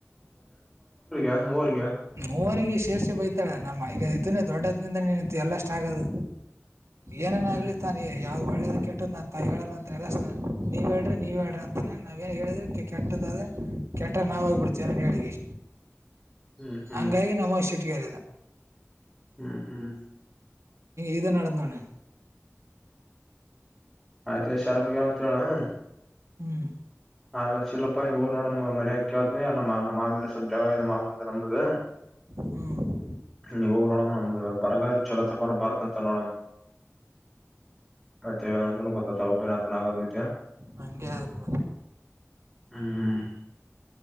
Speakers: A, in the centre; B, on the right.
A: ಏದ್ ಮೂವರಿಗ.
B: ಮೂವಗ ಶೇರ್ಷೆ ಬೈತಾಳ ನಮ್ಮಐತೇ ದೊಡ್ಡ ಹತ್ನಿಂದ ನೀನತ್ತು ಎಲ್ಲ ಅಷ್ಟು ಆಗದು. ಏನೇನ
A: ಹ್ಮ್
B: ಆಗ್ಲಿ ತಾನ ಯಾವ್ದ್ ಒಳ್ಳೇದ ಕೆಟ್ಟದ ಅಂತ ಹೇಳ ಎಲ್ಲ. ನೀವ ಹೇಳ್ರಿ ನೀವ್ ಹೇಳ್ರಿ ಅಂತಾನ ನಾವ ಏನ್ ಹೇಳಿದ್ರಿ ಕೆಟ್ಟದದೆ. ಕೆಟ್ಟ್ರ ನಾವಾಗಿಬಿಡ್ತೇವಿ ನಾನ ಹೇಳಿಕ ಇಷ್ಟ
A: ಹ್ಮ್ ಹ್ಮ್ ಹ್ಮ್
B: ಹಂಗಾಗಿ ನಮ್ಮ ಶೆಟ್ಟಗೆರಿದ.
A: ಹ್ಮ್ ಹ್ಮ್.
B: ಇದು ನೋಡದ್ನೋಣ.
A: ಆಯ್ತಾ ಶರಮ್ಗೆಂತ ಹೇಳ.
B: ಹ್ಮ್.
A: ಆಮೇಲೆ <unintelligible> ಮನೆ ನಮ್ಮ ಮಾಮ್ಮ ಮಾಮಿನ ಸಬ್ ಜಾಗ ಮಾಮ ನಂಬುದು.
B: ಹ್ಞೂ ಹ್ಞೂ
A: ನೀ ಹೋಗಿ ನೋಡಮ ನಮ ಬರಗಾದ ಚಲೋ ತ ಬರತ್ತ ಅಂತ ನೋಡಮ. ಮತ್ತೆಂತ ಗೊತ್ತದಬ್ಬತ ಆಗಲ್ ಮತ್ತೆ.
B: ಹಾಂಗೆ ಅದ್
A: ಹ್ಮ್.